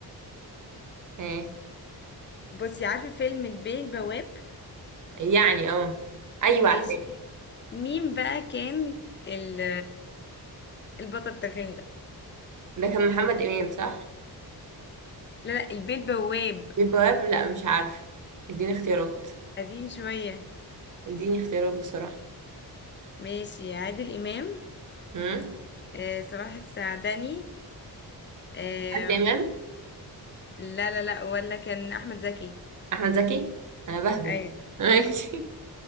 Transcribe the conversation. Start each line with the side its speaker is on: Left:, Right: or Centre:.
Right: ايه
Left: بصي عارفه فيلم البيه البواب
Right: يعني اه ايوه
Left: ماشي
Right: عارفاه
Left: مين بقى كان ال البطل بتاع الفيلم ده
Right: ده كان محمد امام صح
Left: لا لا البيه بواب
Right: البواب لا مش عارفه اديني اختيارات
Left: قديم شوية
Right: اديني اختيارات بسرعه
Left: ماشي عادل إمام
Right: امم
Left: آه صلاح السعدني آه
Right: عادل امام
Left: لا لا لا ولا كان أحمد زكي
Right: احمد زكي انا بهبد
Left: أيوة
Right: ماشي